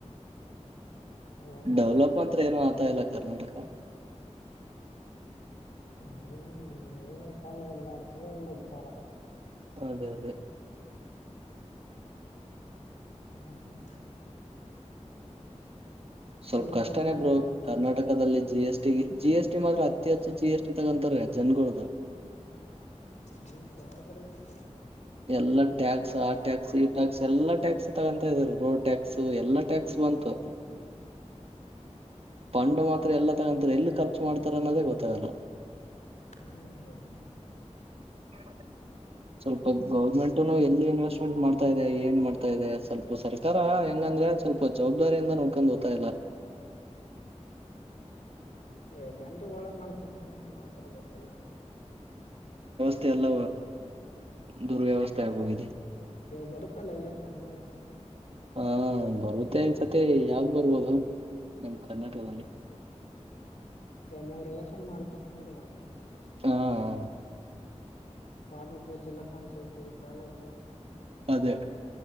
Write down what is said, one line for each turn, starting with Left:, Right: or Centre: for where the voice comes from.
Left: ಏನೋ
Right: ಡೆವಲಪ್
Left: ನೋಡಿ
Right: ಮತ್ರ ಏನು ಆತಾ ಇಲ್ಲ ಕರ್ನಾಟಕ
Left: ಹ್ಮ ಏನಪ್ಪಾ ಏನ್ ಮಾಡ್ತಾರೋ ಏನ್ ಬಿಡ್ತಾರೋ
Right: ಅದೇ ಅದೇ
Left: ಹ್ಮ್
Right: ಸ್ವಲ್ಪ
Left: ಊರ್
Right: ಕಷ್ಟನೇ
Left: ಕಡೆ ಹೋಗಿಲ್ವಾ
Right: ಬ್ರೋ
Left: ನೀವು
Right: ಕರ್ನಾಟಕದಲ್ಲಿ G S G S T ಮಾತ್ರ ಅತಿ ಹೆಚ್ಚು ಜಿ ಎಸ್ ಟಿ ತಗೊಂತಾರೆ ಜನಗಳ್ದ
Left: ಹ್ಮ ಕಗತರ ಬತ
Right: ಎಲ್ಲಾ ಟ್ಯಾಕ್ಸ್ ಟ್ಯಾಕ್ಸ್ ಈ ಟ್ಯಾಕ್ಸ್ ಎಲ್ಲಾ ಟ್ಯಾಕ್ಸ್ ತಗತಾ ಇದೀ ರೋಡ್ ಟ್ಯಾಕ್ಸ್ ಎಲ್ಲಾ ಟ್ಯಾಕ್ಸ್ ಬಂತು ಪಂಡು ಮಾತ್ರ ಎಲ್ಲ ತಗಂತಾರೆ ಎಲ್ಲಿ ಖರ್ಚು ಮಾಡ್ತಾರ ಅನ್ನೋದೇ ಗೊತ್ತಾಗಲ್ಲ
Left: ಹ್ಮ್ ಹೌದು
Right: ಹ ಸ್ವಲ್ಪ ಗೌರ್ಮೆಂಟ್ನು ಎಲ್ಲಿ ಇನ್ವೆಸ್ಟ್ಮೆಂಟ್ ಮಾಡ್ತಾ ಇದೆ ಏನ್ ಮಾಡ್ತಾ ಇದೆ ಸ್ವಲ್ಪ ಸರ್ಕಾರ ಹಂಗಂದ್ರೆ ಸ್ವಲ್ಪ ಜವಾಬ್ದಾರಿಯಿಂದ ನೋಡ್ಕೊಂಡು ೋಗತಾ ಇಲ್ಲ
Left: ಎ ಜನಗ್ ಒಳ್ಳೆ ಮಾಡ್ತನ ಒಂತರ ಏನ್ ಮಾಡ್ತಾರ ಗೊತ್ತಿಲ್ಲ
Right: ಮತ್ತ ಎಲ್ಲ ದುರ್ವ್ಯವಸ್ಥೆ ಆಗೋಗಿದೆ
Left: ಇವ ಬರುತ್ತಲ್ಲ ಎಲೆಕ್ಷನ್ ನೋಡಿ
Right: ಹಾ ಬರುತ್ತೆ ಸತಿ ಯಾವ್ದ ಬರ್ಬೋದು ನಮ್ ಕರ್ನಾಟಕದಲ್ಲಿ <inaudible>
Left: ಮೂರ್ ಎಲೆಕ್ಷನ್ ಮಾಡ್ತತ್ ನೋಡಿ ಇವಾಗ
Right: ಹಾ ಹ
Left: ಎಲ್ಲ ತಾಲೂಕು ಜಿಲ್ಲಾ ಪಂಚಾಯತಿ ತಾಲೂಕು
Right: ಅದೇ